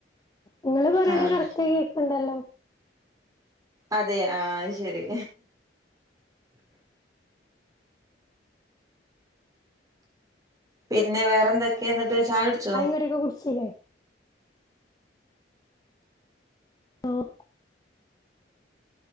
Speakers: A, on the left (about 20°); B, on the right (about 20°).
A: ഇങ്ങള് പറയ്ണ
B: ആഹ്
A: കറക്റ്റ് ആയി കേൾക്ക്ണ്ടല്ലോ.
B: അതേ ആഹ് അയ്ശരി- പിന്നെ വേറെന്തൊക്കേന്നട്ട് ചായൊട്ച്ചോ?
A: ടിയൊക്കെ കുടിച്ചിലെ ആഹ്